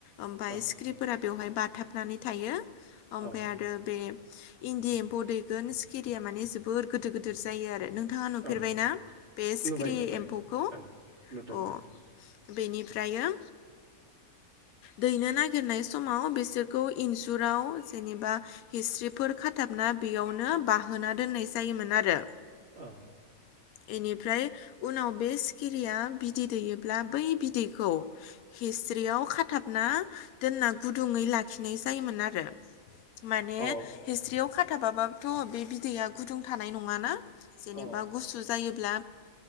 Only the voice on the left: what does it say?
ओमफ्राय
स्क्रिफोरा बेवहाय बाथाबनानै थायो। ओमफ्राय
आरो बे इन्दि एम्फौ दैगोन सिकिरिया माने जोबोर गिदिर गिदिर जायो आरो नों नोंथाङा नुफेरबायना
बे सिखिरि
एम्फौखौ
अ बेनिफ्राय दायो दैनो नागिरनाय समाव बे बिसोरखौ इनजुराव जेनेबा हिस्रिफोर खाथाबना बेयावनो बाहोना दोननाय जायोमोन आरो।
बेनिफ्राय उनाव बे सिखिरिया बिदै दैयोब्ला बै बिदैखौ हिसि्याव खाथाबना दोनना गुदुङै लाखिनाय जायोमोन आरो माने
हिसि्याव खाथाबाबाबोथ' बे बिदैआ गुदुं थानाय नङााना जेनेबा
गुसु जायोब्ला